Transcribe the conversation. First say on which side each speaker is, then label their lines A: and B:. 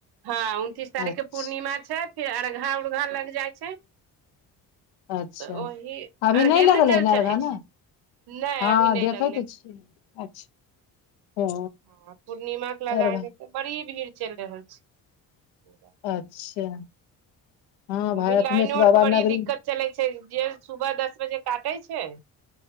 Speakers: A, on the right; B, on the left.
A: हँ उनतीस तारीख
B: अच्छा
A: के पूर्णिमा छै फिर अरघा उरघा लग जाइ छै।
B: अच्छा
A: तऽ ओहि
B: अभी
A: अर्घे
B: नय
A: मे
B: लगलेै
A: ने जल चढ़ै
B: हन
A: छै नहि
B: हँ
A: अभी नहि
B: देखै
A: लगलै
B: तऽ छियै। ओ
A: हाँ पूर्णिमा के लगाय
B: अरघा
A: देते बड़ी भीड़ चलि रहल छै।
B: अच्छा। हँ भाय
A: ओहि लाइनो
B: अखने तऽ बाबा
A: आरके
B: नगरी
A: बड़ी दिक्कत चलै छै जे सुबह दस बजे काटे छै।